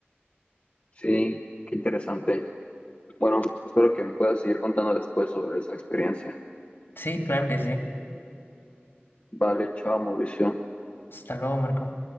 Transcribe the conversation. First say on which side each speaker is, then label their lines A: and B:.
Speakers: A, on the left; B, on the left.
A: Sí, qué interesante. Bueno, espero que me puedas seguir contando después sobre esa experiencia.
B: Sí, claro que sí.
A: Vale, chao, Mauricio.
B: Hasta luego, Marco.